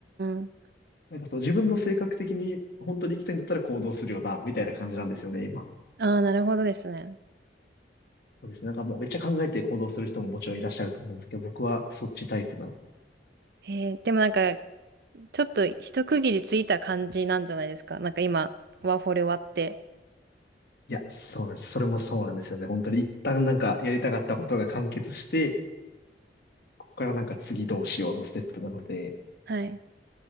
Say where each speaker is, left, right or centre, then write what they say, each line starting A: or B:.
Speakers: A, on the right; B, on the left.
A: ん。
B: なんかそう自分の性格的に本当に行きたいんだったら行動するよな、みたいな感じなんですよね、今。
A: ああなるほどですね。
B: そうですね。なんかもうめっちゃ考えて行動する人ももちろんいらっしゃると思うんですけど、僕はそっちタイプなので。
A: えー、でもなんかちょっと一区切りついた感じなんじゃないですか。なんか今、ワーホリ終わって。
B: いや、そうなんです。それもそうなんですよね。本当に一旦なんかやりたかったことが完結して、こからなんか次どうしようのステップなので、
A: はい。